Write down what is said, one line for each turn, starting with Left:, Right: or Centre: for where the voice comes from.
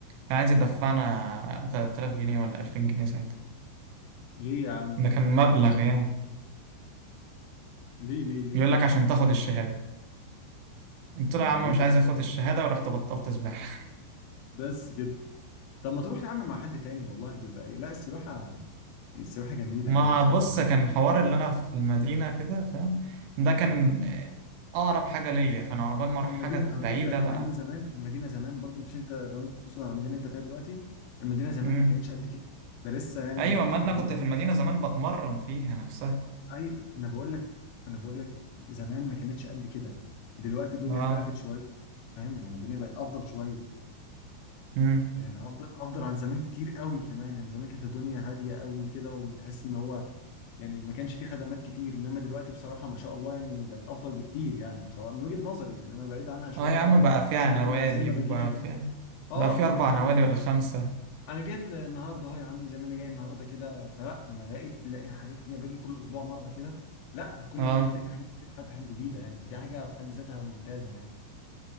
Right: كان عايز يدفعنا 3000 جنيه ولا 2000 جنيه ساعتها
Left: ليه يا عم
Right: ده كان مبلغ يعني
Left: ليه ليه ليه
Right: يقول
Left: بجد
Right: لك عشان تاخد الشهادة قلت
Left: يعني
Right: له يا عم
Left: ايه
Right: مش
Left: تاخد
Right: عايز
Left: الشهادة
Right: اخد الشهادة ورحت بطلت سباحة
Left: بس كده طب ما تروح يا عم مع حد تاني والله بيبقى إيه. لا السباحة السباحة جميلة
Right: ما
Left: يعني بصراحة
Right: بص
Left: يعني
Right: كان حوار اللي انا في المدينه كده فاهم ده كان اقرب حاجه ليا فانا عقبال ما اروح
Left: المدينة
Right: حاجه
Left: على
Right: بعيده
Left: فكرة المدينة
Right: بقى
Left: زمان المدينة زمان برضه مش انت لو انت تقصد على المدينة اللي انت فيها دلوقتي المدينة زمان
Right: امم
Left: ما كانتش قد كده ده لسه يعني
Right: ايوه
Left: من فترة
Right: ما انا
Left: قريبة
Right: كنت في
Left: هي
Right: المدينه زمان بتمرن فيها نفسها
Left: اي انا بقول لك انا بقول لك زمان ما كانتش قد كده دلوقتي الدنيا
Right: اه
Left: اختلفت شوية فاهم يعني الدنيا بقت افضل شوية
Right: امم
Left: يعني افضل افضل عن زمان كتير قوي كمان يعني زمان كانت الدنيا هادية قوي وكده وما تحس ان هو يعني ما كانش فيه خدمات كتير انما دلوقتي بصراحة ما شاء الله يعني بقت افضل بكتير يعني بصراحة من وجهة نظري يعني انا بعيد عنها شوية
Right: اه يا عم
Left: اه
Right: بقى فيها نوادي
Left: لكن زي ما
Right: وبقى
Left: باجيها كده
Right: فيها
Left: اه
Right: بقى في
Left: ما
Right: اربع
Left: انا يعني
Right: نوادي
Left: انا
Right: ولا خمسه
Left: أنا جيت ل- النهارده اهو يا عم زي ما انا جاي النهارده كده فلا انا لقيت لقينا حاجات كتير باجي كل اسبوع مرة كده لا كل
Right: اه
Left: ما اجي الاقي في حاجات كتير فتحت جديدة يعني فدي حاجة في حد ذاتها ممتازة يعني